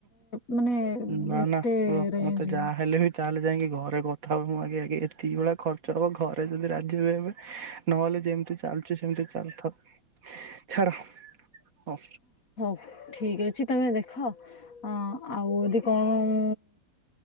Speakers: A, on the left; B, on the right.
A: ମାନେ
B: ନା
A: ଏତେ
B: ନା ରୁହ
A: ରେଞ୍ଜ
B: ମତେ ଯାହା ହେଲେ ବି ତାହେଲେ ଯାଇକି ଘରେ କଥା ହବ ମୁଁ ଆଗେ ଆେ ଏତିକି ଭଳିଆ ଖର୍ଚ୍ଚ ହବ ଘରେ ଯଦି ରାଜି ବି ହେବେ ନହେଲେ ଯେମିତି ଚାଲଚ ସେମିତି ଚାଲିଥାଉ ଛାଡ ହ
A: ଠିକ ଅଛି ତମେ ଦେଖ ଦେଖ ଆଉ ଯଦି କଣ